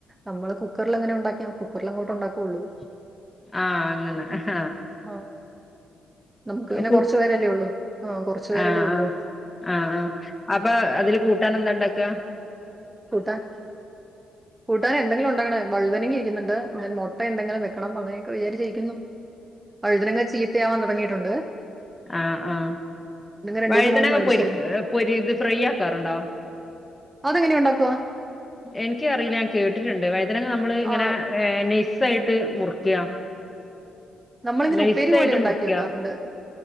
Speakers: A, on the right; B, on the left.
A: നമ്മള് കുക്കറിൽ എങ്ങനെ ഉണ്ടാക്കി കുക്കറിൽ അങ്ങോട്ട് ഉണ്ടാക്കുള്ളൂ
B: ആഹ് അങ്ങനെ ഹ ഹ
A: ആഹ് നമുക്ക്
B: ആഹ
A: പിന്നെ കുറച്ചു പേരല്ലേ ഉള്ളൂ ആഹ് കുറച്ചു പേരല്ലേ
B: ആ
A: ഉള്ളൂ
B: ആഹ് ആ അപ്പൊ അതിൽ കൂട്ട് കിട്ടാനെന്തു ഉണ്ടാക്ക
A: കൂട്ടാൻ കൂട്ടാന എന്തെങ്കിലും ഉണ്ടാക്കണേ വഴുതന ഇരിക്കുന്നുണ്ട് മുട്ട എന്തങ്കിലും വെക് കടം അങ്ങനെയൊക്കെ വിചാരിച്ചിരിക്കുന്നു വഴുതിന ചീത്തയാവാൻ തുടങ്ങി ട്ടുണ്ട്
B: ആ ആ
A: രണ്ട്
B: വഴുതനങ്ങ
A: ദിവസം മുമ്പ് മേടിച്ചായിരുന്നു
B: പൊരിക്കുവ പെരിയിത് ഇത് ഫ്രൈ ആക്കാറുണ്ടോ
A: അതെങ്ങനെ ഉണ്ടാക്കുവാ
B: എനിക്കറിയില്ല ഞാൻ കേട്ടിട്ടുണ്ട് വൈദ്യനങ്ങ നമ്മള് ഇങ്ങനെ
A: ആഹ്
B: ഏ <unintelligible> സായിട്ട് മുറിക്ക
A: നമ്മളിങ്ങനെ
B: നൈസായിട്ട്
A: ഉപ്പേരി പോലെ ഉണ്ടാക്കി
B: മുറിക്ക
A: വെക്കാറുണ്ട്